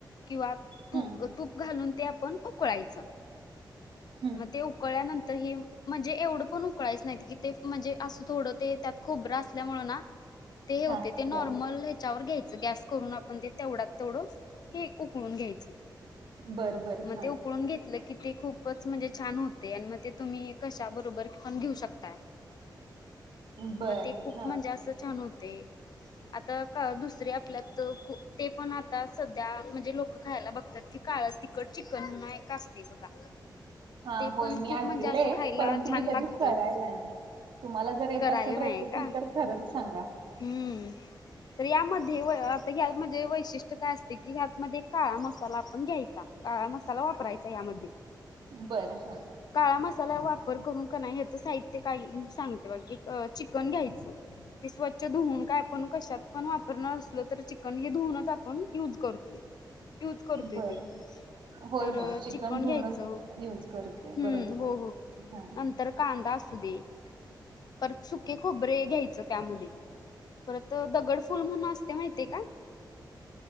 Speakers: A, on the left (about 55°); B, on the right (about 75°).
A: किंवा
B: हं.
A: तू तूप घालून ते आपण उकळायच,
B: <unintelligible>
A: मते उकळल्यानंतर हे म्हंजे एवढं पण उकळायच नाइतकी ते म्हंजे असं थोडं ते त्यात खोबरं असल्यामुळंना तेहे
B: हां.
A: होतय ते नॉर्मल
B: बरं.
A: ह्याच्यावर घ्यायच गॅस करून आपण ते तेवढ्यात तेवढं हे उकळून घ्यायचं.
B: <unintelligible> बरं.
A: मगं
B: हां.
A: ते उकळून घेतलं की ते खूपच म्हंजे छान होतय आणि मगं ते तुम्ही कशाबरोबर पण घेऊ शकताय.
B: बरं.
A: मगं ते खूप
B: हां.
A: म्हंजे असं छान होते आता का दुसऱ्या आपल्यात खो ते पण आता स त्या म्हंजे लोकं खायला बघतात की काळ तिखट चिकनमूनाय एक असतयं बगा.
B: हां.
A: ते
B: होय,
A: पण
B: मी
A: खूप
B: ऐकलंय,
A: म्हंजे असं खायला
B: परंतु
A: छान
B: मी कधी
A: लागतं.
B: करायला नाही. तुम्हाला जर येत
A: करायला
B: असेल
A: नाह्ये
B: रेसिपी
A: का?
B: तर खरंच सांगा.
A: हम्म. तर यामध्ये वळवा आपला मध्ये वैशिष्ट काय असते की ह्यातमध्ये काळा मसाला आपण घ्यायचा काळा मसाला वाप चा यामध्ये
B: बरं. हां.
A: काळा मस साला वापर करून कानाइ ह्याच साहित्य काय मी सांगते बग अ चिकन घ्यायचं ते स्व च्छ धुन कायपण कशात पण वापरणार असलो तर चिकन हे धुनच आपण युज करतोय. यूज करतोयते
B: बरं. होय,
A: तरं
B: होय. चिकन
A: कन
B: धुवूनच
A: घ्यायच
B: यूज करते.
A: हं
B: बरोबर
A: हो
B: आहे.
A: हो
B: हां.
A: नंतर कांदा अस सुदे परत सुके खोबरे घ्यायच त्यामध्ये परत त दगड फुल म्हनून असतय माहितीये का?